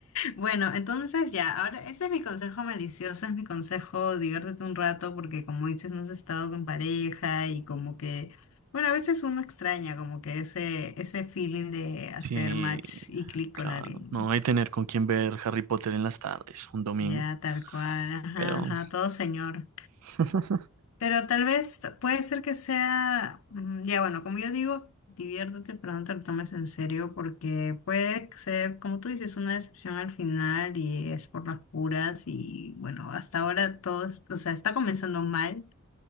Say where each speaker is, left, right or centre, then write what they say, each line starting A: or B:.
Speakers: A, on the left (about 65°); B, on the right (about 80°).
A: Bueno, entonces ya, ahora ese es mi consejo malicioso, es mi consejo, diviértete un rato porque como dices, no has estado con pareja y como que, bueno, a veces uno extraña como que ese, ese feeling de hacer
B: Sí,
A: match y clic
B: claro,
A: con alguien,
B: no
A: ¿no?
B: hay tener con quién ver Harry Potter en las tardes, un domingo,
A: Ya, tal cual, ajá,
B: pero
A: ajá, todo señor.
B: <laughs>
A: Pero tal vez puede ser que sea, mm, ya bueno, como yo digo, diviértete, pero no te lo tomes en serio porque puede ser, como tú dices, una decepción al final y es por las puras y bueno, hasta ahora todo, es- o sea, está comenzando mal,